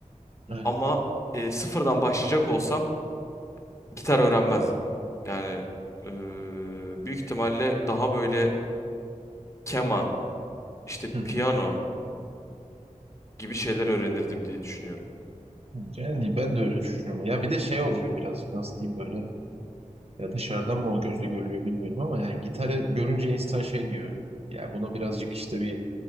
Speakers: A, on the right; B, on the left.
A: Aynen.
B: Ama e, sıfırdan başlayacak olsam gitar öğrenmezdim. Yani e, büyük ihtimalle daha böyle keman, işte
A: Hı hı.
B: piyano gibi şeyler öğrenirdim diye düşünüyorum.
A: hı. Yani ben de öyle düşünüyorum. Ya bir de şey oluyor birazcık nasıl diyeyim böyle. Ya dışarıdan mı o gözle görülüyor bilmiyorum ama yani gitarı görünce insan şey diyor. Ya bunu birazcık işte bir